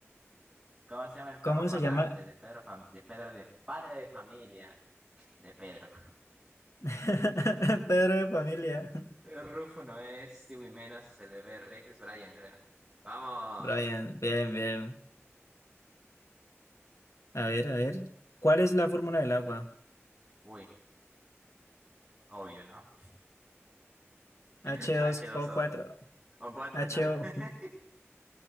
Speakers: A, on the right (about 25°); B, on the left (about 90°).
A: ¿Cómo se llama el perro
B: ¿Cómo
A: parlante
B: se llama?
A: de Pedro Fam- de Pedro de padre de familia? De Pedro.
B: <laughs> Pedro de familia.
A: Eh, Rufo no es Stewie Menas, es el bebé Rex, es Brian, creo. ¡Vamos!
B: Brian, bien, bien. A ver, a ver. ¿Cuál es la fórmula del agua?
A: Uy, obvio, ¿no?
B: h
A: <laughs>
B: dos
A: H2O.
B: o cuatro
A: O O cuatro,
B: H
A: ¿no? <laughs>
B: O